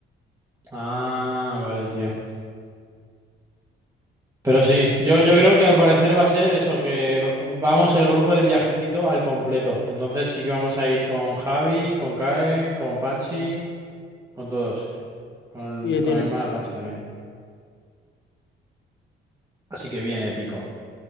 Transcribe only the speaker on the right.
Ah, vale, tío. Pero sí, yo, yo creo que al parecer va a ser eso, que v- vamos el grupo del viajecito al completo. Entonces sí que vamos a ir con Javi, con Karen, con Panchi. con todos, con
el, con
el hermano
de Panchi también. Así que bien épico.